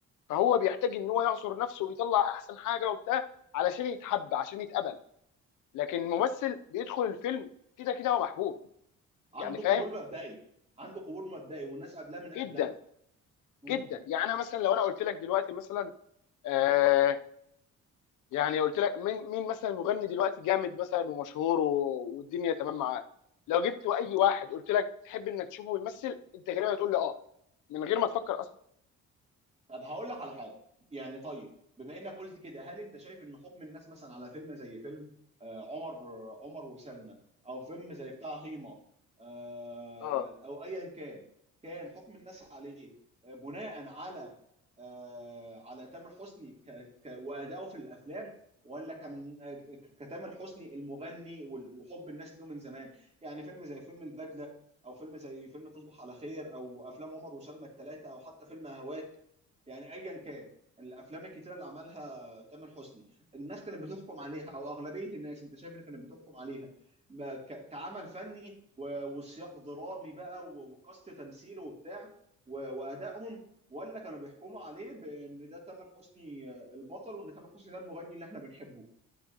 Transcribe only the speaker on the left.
فهو بيحتاج ان هو يعصر نفسه ويطلع احسن حاجه وبتاع علشان يتحب عشان يتقبل لكن الممثل بيدخل الفيلم كده كده هو محبوب
يعني فاهم
جدا
جدا يعني انا مثلا لو انا قلت لك دلوقتي مثلا آه، يعني قلت لك مين مين مثلا مغني دلوقتي جامد مثلا ومشهور و- والدنيا تمام معاه لو جبت اي واحد قلت لك تحب انك تشوفه بيمثل انت غالبا هتقول لي اه من غير ما تفكر اصلا
اه